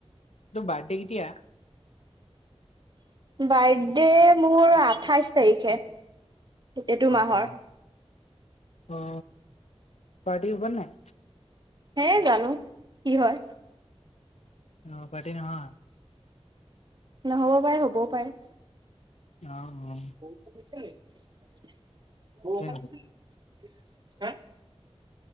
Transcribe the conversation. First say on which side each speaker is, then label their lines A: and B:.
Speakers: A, on the left; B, on the right.
A: তোৰ বাৰ্ডে কেতিয়া
B: বাৰ্থডে মোৰ আঠাইশ তাৰিখে এইটো
A: অ
B: মাহৰ
A: অ অ পাৰটি হব নে নাই
B: হে জানো কি হয়
A: অ পাৰ্টি নহয়।
B: নহ'ব পাৰে হ'বও পাৰে
A: অ
B: বৰষুণ
A: অ
B: দিছে নেকি বৰষুণ দিছে
A: কি
B: নে নাই হা